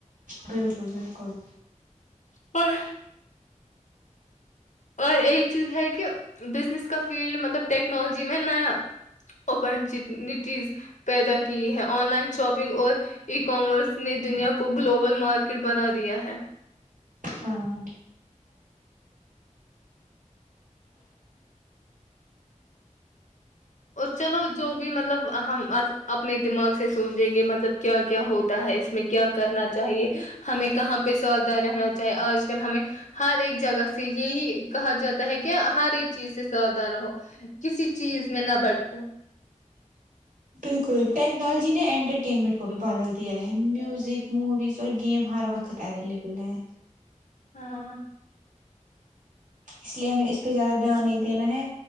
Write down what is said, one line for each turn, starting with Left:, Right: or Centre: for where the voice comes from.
Right: بالکل بالکل
Left: اور اور ایک چیز ہے کہ بزنس کا فیلڈ مطلب ٹیکنالوجی میں نیا اپارچنیٹیز پیدا کی ہے آن لائن شاپنگ اور ای کامرس نے دنیا کو گلوبل مارکیٹ بنا دیا ہے
Right: ہاں
Left: اور چلو جو بھی مطلب ہم اپنے دماغ سے سوچیں گے مطلب کیا کیا ہوتا ہے اس کیا کرنا چاہیے ہمیں کہاں پے ساودھان رہنا چاہیے آج کل ہمیں ہر ایک جگہ سے یہی کہا جاتا ہے کہ ہر ایک چیز سے ساودان رہو کسی چیز میں نہ بٹکوں
Right: بالکل ٹیکنالوجی نے انٹرٹینمنٹ کو بھی بدل دیا ہے میوزک موویز اور گیم ہر وقت قت اویلیبل ہے
Left: ہاں
Right: اس لیے ہمیں اس پے زیادہ دھیان نہیں دینا ہے